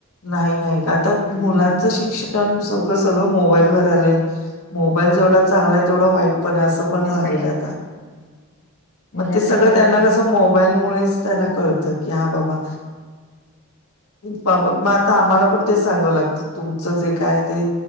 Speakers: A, on the left; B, on the left.
A: नाही नाही आता
B: हम्म
A: मुलांचं शिक्षण सगळं सगळं मोबाईलवर आलंय. मोबाईल जेवढा चांला आहे. तेवढ वाईट पण असं पण
B: होय.
A: हे आता
B: मोबाईलचे
A: ते सगळ
B: परिणाम
A: त्यांना कस मोबाईलमुळेच. त्यांना कळत की हा बाबा. बाबा मगं आता. मला पण ते सांगव लागत तुमचं जे काय ते.